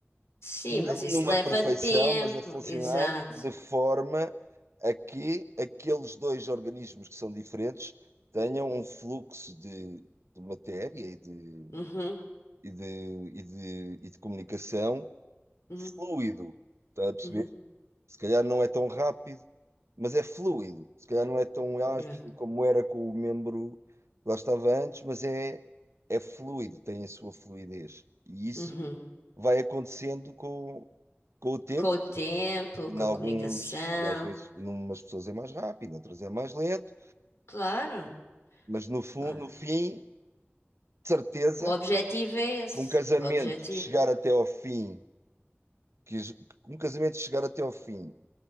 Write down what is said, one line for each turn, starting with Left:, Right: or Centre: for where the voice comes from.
Left: Sim,
Right: não
Left: mas isso
Right: numa
Left: leva
Right: perfeição,
Left: tempo.
Right: mas a funcionar
Left: Exato.
Right: de forma a que aqueles dois organismos que são diferentes tenham um fluxo de, de matéria e de,
Left: Uhum,
Right: e de, e de, e de comunicação
Left: uhum,
Right: fluido. Está a perceber?
Left: uhum,
Right: Se calhar não é tão rápido, mas é fluido. Se calhar não é tão ágil
Left: yeah,
Right: como era com o membro que lá estava antes, mas é, é fluido, tem a sua fluidez. E isso
Left: uhum.
Right: vai acontecendo com, com o tempo.
Left: Com o tempo,
Right: E
Left: com
Right: em alguns,
Left: a comunicação.
Right: e às vezes, em umas pessoas é mais rápido, em outras é mais lento,
Left: Claro.
Right: mas no, fu-
Left: vá.
Right: no fim, de certeza,
Left: O objetivo é esse.
Right: que um casamento
Left: O objetivo.
Right: que chegar até ao fim, que es- que um casamento chegar até ao fim,